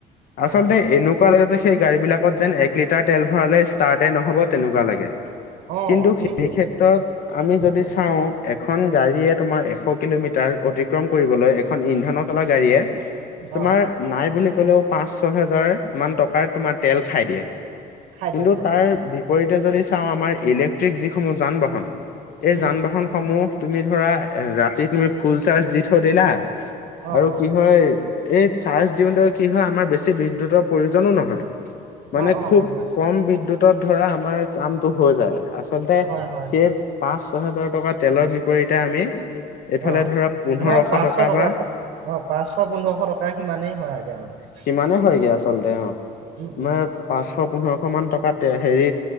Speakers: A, on the right (about 85°); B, on the left (about 60°).
A: হয়
B: আচলতে
A: হয় হয়
B: এনেকুৱা লাগে যে সেই গাড়ী বিলাকত যেন এক লিটাৰ তেল ভৰালে ষ্টাৰ্টএ নহ'ব তেনেকুৱা লাগে।
A: অ',
B: কিন্তু
A: সেইটোৱে
B: সেই ক্ষেত্ৰত আমি যদি
A: উম,
B: চাওঁ এখন গাড়ীয়ে তোমাৰ এশ কিলোমিটাৰ অতি কৰিবলৈ এখন ইন্ধনত গাড়ীয়ে তোমাৰ
A: অ',
B: নাই বুলি কলেও পাঁচ ছয় হাজাৰ মান টকাৰ তোমাৰ তেল খাই দিয়ে,
A: খাই
B: কিন্তু
A: দিয়ে খাই
B: তাৰ
A: দিয়ে হয়
B: বিপৰীতে যদি চাওঁ আমাৰ ট্ৰিক যিসমূহ যান-বাহন এই
A: উম,
B: যান বাহনসমূহ তুমি ধৰা ৰাতি তুমি ফুল চাৰ্জ দি সৈদিনা
A: অ',
B: আৰু
A: অ',
B: কি হৈ এই চাৰ্জ দিওঁতে কি হৈ আমাৰ বেছি বিদ্যুতৰ প্ৰয়োজনো নহয়। মানে
A: অ', অ',
B: খুব
A: গম পাইছোঁ
B: কম বিদ্যুতত ধৰা আমাৰ কামটো হৈ যায়, আচলতে
A: হয় হয়
B: সেই
A: হয়
B: পাঁচ ছহেজাৰ টকা তেলৰ বিপৰীতে আমি এইফালে
A: অ',
B: ধৰা পোন্ধৰশ
A: আমাৰ পাঁচশ টকা
B: বা
A: অ', পাঁচশ পোন্ধৰশ টকা সিমানেই হয় আগে আৰু
B: সিমানে হয়গে
A: অ',
B: আচলতে অ
A: উম,
B: আমাৰ
A: উম,
B: প পাঁচশ পোন্ধৰশ মান টকা হেৰী